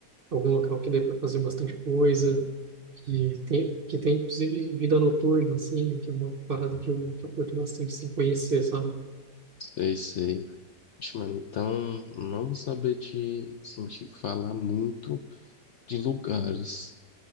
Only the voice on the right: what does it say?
algum local que dê para fazer bastante coisa. que tem, que tem inclusive vida noturna, assim, que é uma parada que eu, que eu curto bastante, assim, conhecer, sabe?